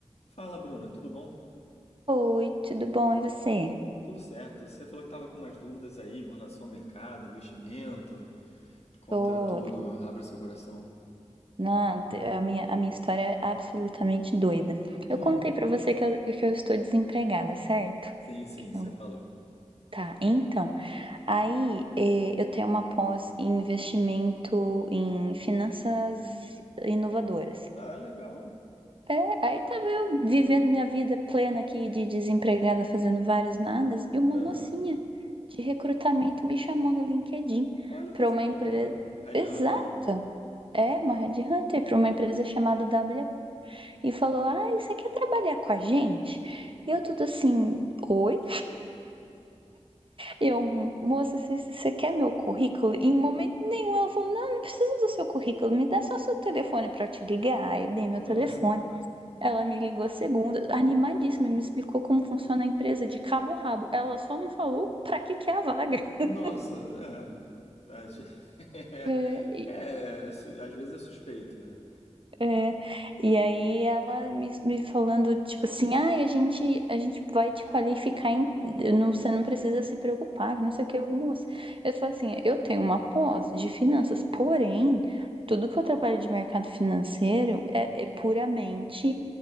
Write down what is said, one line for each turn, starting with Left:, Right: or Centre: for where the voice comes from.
Left: Fala, Bruna, tudo bom?
Right: Oi, tudo bom? E você?
Left: Tudo certo. Você falou que estava com umas dúvidas aí com relação ao mercado, investimento. Conta
Right: Tô,
Left: tudo, abra seu coração. <laughs>
Right: nada. a minha, a minha história é absolutamente doida.
Left: Hum,
Right: Eu contei pra você que eu, que eu estou desempregada, certo?
Left: sim, sim, você
Right: Eu-
Left: falou.
Right: tá, então, aí eh, eu tenho uma pós em investimento em finanças inovadoras.
Left: Ah, legal.
Right: É, aí tava eu
Left: É.
Right: vivendo minha vida plena aqui de desempregada, fazendo vários nadas, e uma
Left: Aham.
Right: mocinha de recrutamento me chamou no LinkedIn
Left: Olha, coisa
Right: pra uma
Left: boa.
Right: empresa.
Left: Headhunter.
Right: Exato. É, uma headhunter para uma empresa chamada W e falou: Ah, você quer trabalhar com a gente? E eu tudo assim, oi? Eu, moça, você você quer meu currículo? E em momento nenhum ela falou: Não, não precisa do seu currículo, me dá só seu telefone para eu te ligar. Aí Eu dei meu
Left: Nossa.
Right: telefone. Ela me ligou segunda, animadíssima, e me explicou como funciona a empresa de cabo a rabo. Ela só não falou para que que é a vaga. <laughs>
Left: Nossa, é. tá, gente. <laughs>
Right: É, e
Left: É, é, su- às vezes é suspeito, né?
Right: É, e aí ela me, me falando, tipo assim, ah, a gente, a gente vai te qualificar, em, não, você não precisa se preocupar, que não sei o que, eu, moça. Eu falo assim, eu tenho uma pós de finanças, porém, tudo que eu trabalho de mercado financeiro é, é puramente,